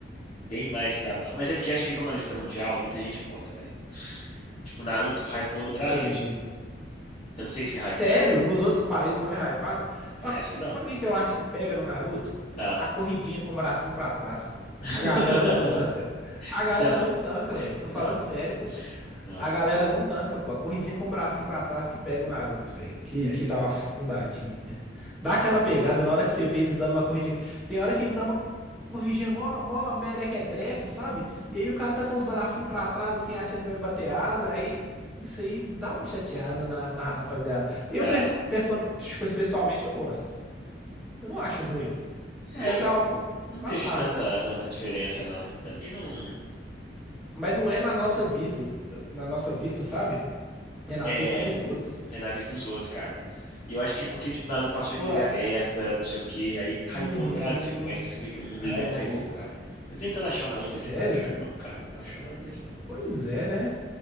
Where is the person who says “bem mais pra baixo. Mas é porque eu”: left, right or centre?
Left